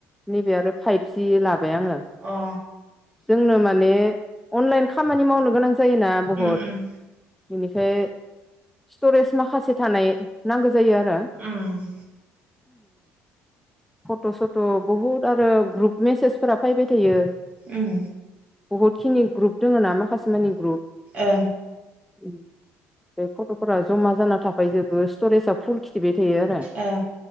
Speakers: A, in the centre; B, on the right.
A: नैबे आरो फाइभजि लाबाय आङो
B: अ
A: जोंनो माने अनलाइन खामानि मावनो गोनां जायोना बहुद
B: उम उम
A: बेनिफ्राय स्टरेज माखासे थानाय नांगौ जायो आरो <inaudible>
B: उम
A: फट' सथ' बहुद आरो ग्रुप मेसेजफोरा फैबाय थायो
B: उम
A: बहुतखिनि ग्रुप दंङोना माखासेमानि ग्रुप
B: ए
A: <inaudible> बे फट'फोरा जमा जाना थाफै जोबो स्टरेजआ फुल खिथिबाय थायो आरो
B: ए